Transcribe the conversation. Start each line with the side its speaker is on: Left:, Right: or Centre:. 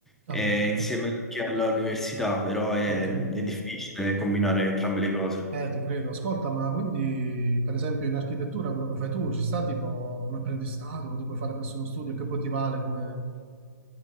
Centre: eh,
Right: Ah, ok,
Centre: insieme anche all'università, però è,
Right: ok.
Centre: è difficile combinare entrambe le cose.
Right: Eh, ti credo. Ascolta, ma quindi, per esempio, in architettura quello che fai tu, ci sta tipo un apprendistato che tu puoi fare presso uno studio e che poi ti vale come,